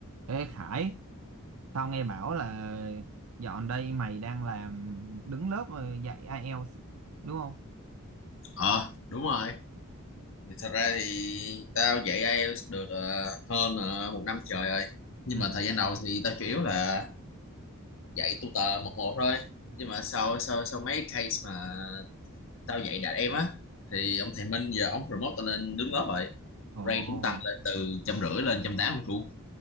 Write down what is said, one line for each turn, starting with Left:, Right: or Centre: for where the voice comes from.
Right: Ê Khải, tao nghe bảo là dọn đây mày đang làm đứng lớp ờ, dạy IELTS đúng không?
Left: ờ đúng rồi thì thật ra thì tao dạy IELTS được ờ, hơn ờ, một năm trời rồi nhưng
Right: Ừ.
Left: mà thời gian đầu thì tao chủ yếu là dạy tutor một một thôi nhưng mà sau sau sau mấy case mà tao dạy đạt em á thì ông thầy Minh giờ ông promote tao lên đứng lớp rồi
Right: Ồ,
Left: rate cũng tăng lên từ trăm rưỡi lên trăm tám luôn